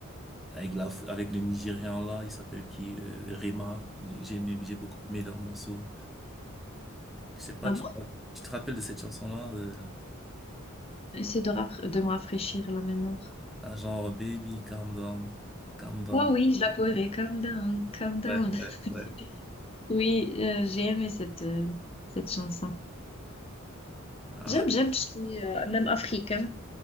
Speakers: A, in the centre; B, on the left.
A: avec la, avec le Nigérian là, il s'appelle qui, euh, Rema. J'ai j'ai aimé, j'ai beaucoup aimé leur morceau. Je sais pas,
B: Ah
A: tu,
B: bon?
A: te tu te rappelles de cette chanson là, euh,
B: Essaie de, rafra- de me rafraîchir la mémoire.
A: ah, genre Baby, calm down, calm down.
B: Oh oui, je la connais. Calm down, calm down.
A: Ouais, ouais,
B: <laughs>
A: ouais.
B: Oui, euh, j'ai aimé cette, euh, cette chanson.
A: Ah
B: J'aime,
A: ouais.
B: j'aime tout ce qui est euh, même africain.